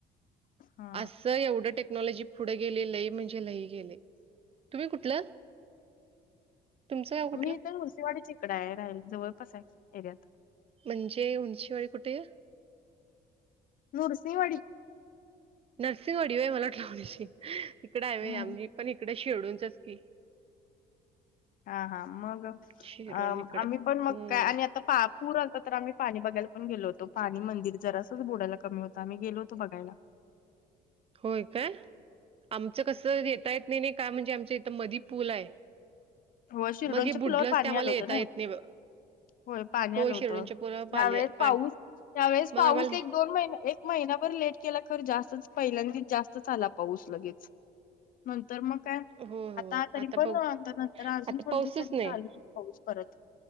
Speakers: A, on the left (about 55°); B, on the right (about 35°).
A: हा
B: असं एवढं टे टेक्नॉलॉजी पुढ गेलय, लई म्हणजे लई गेलय, तुम्ही कुठलं? तुमचं गाव कुठलं?
A: आम्ही इथ मुरसेवाडीच्या इकडं आहे, राहिला जवळपास आहे, एरियात
B: म्हणजे उंचीवाडी कुठे आहे?
A: नूरसिहवाडी
B: नर्सिंहवाडी होय, मला वाटलं <unintelligible> शी, इकडे आहे होय,
A: नाही
B: आम्ही पण इकड शिरढोणचच की
A: हा हा, मग अ,
B: शिरडून इकडं
A: आम्ही पण मग
B: हम्म.
A: काय आणि आता पा पूर आता तर आम्ही पाणी बघायला पण गेलो होतो, पाणी मंदिर जरासं बुडायला कमी होत, आम्ही गेलो होतं बघायला.
B: होय काय? आमचं कस येता येत नाही, नाही काय म्हणजे आमच इथ मधी पूल आहे.
A: हो, शिरडोनच्या
B: मग हे बुडलंच
A: पुलावर पाणी
B: ते आम्हाला
A: आलं होतं
B: येता
A: नाही
B: येत बघ.
A: होय, पाणी
B: हो
A: आलं होत.
B: शिरडूनच्या पुलावर पाले
A: ह्यावेेळेस
B: पाणी
A: पाऊस ह्यावेळेस
B: मग
A: पाऊस
B: आम्हाला
A: एक दोन महिने, एक महिनाभर लेट केला खर, जास्तच पहिल्यांदीच जास्तच आला पाऊस लगेच. नंतर मग काय
B: हो हो
A: आता तरी पण
B: बघू
A: आता नंतर अजून
B: आता
A: थोड
B: पाऊसच
A: दिवसांनी
B: नाही.
A: चालू <unintelligible> पाऊस परत.